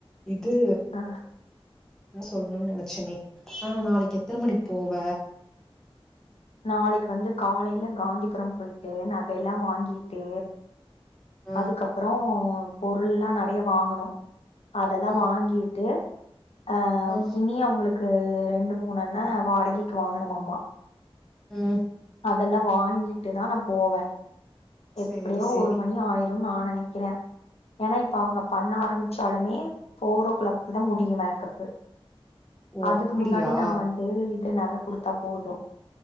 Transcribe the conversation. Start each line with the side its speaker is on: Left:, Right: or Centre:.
Centre: இது.
Left: ஆ
Centre: சொல்லணும்னு நினைச்சனே. அஹ நாளைக்கு எத்தன மணிக்கு போவ.
Left: நாளைக்கு வந்து காலையில காந்திபுரம் போயிட்டு நகையல்லாம் வாங்கிட்டு.
Centre: ஆ
Left: அதுக்கப்புறோ. பொருள் எல்லாம் நறைய வாங்கணு. அதெல்லாம்
Centre: ஆ
Left: வாங்கிட்டு அஹ
Centre: ஆ
Left: இனி அவங்களுக்கு. கு ரெண்டு மூணு அண்ண வாடகைக்கு வாங்கனும்மாமா.
Centre: உஹம்.
Left: அதெல்லாம் வாங்கிட்டு தான் நான் போவ. எப்படியோ
Centre: சேரி சேரி
Left: ஒரு மணி ஆயி. அப்டினு நா நனைக்கிற. ஏன்னா இப்ப அவங்க பண்ண ஆரம்பிச்சாலுமே ஃபோர் ஓ கிளாக்தா முடியும் மேக்கப்பு.
Centre: ஓ
Left: அதுக்கு
Centre: அப்படியா
Left: முன்னாடி நா வந்து இது நக குடுத்தா போது.